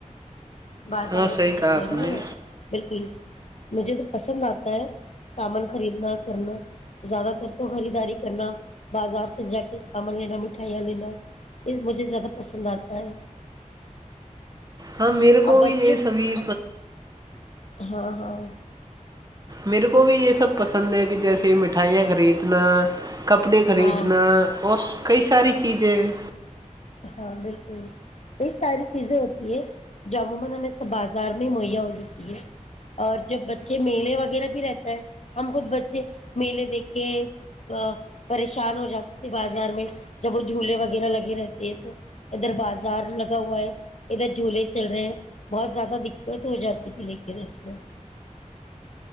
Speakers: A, on the left; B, on the right.
A: بازاروں
B: ہاں صحیح
A: کے چکر
B: کہا آپ
A: میں
B: نے
A: ہے نا بالکل ہی مجھے تو پسند آتا ہے سامان خریدنا کرنا زیادہ تر تو خریداری کرنا بازار سے جا کے سامان لینا مٹھائیاں لینا یہ مجھے زیادہ پسند آتا ہے
B: ہاں میرے کو
A: اور بچوں
B: بھی یہ سبھی
A: ہاں ہاں
B: میرے کو بھی یہ سب پسند ہے کہ جیسے مٹھائیاں خریدنا کپڑے خریدنا
A: ہاں
B: اور کئی ساری چیزیں
A: <unintelligible> تو ادھر بازار لگا ہوا ہے ادھر جھولے چل رہے ہیں بہت زیادہ دقت ہو جاتی تھی لیکن اس میں <unintelligible>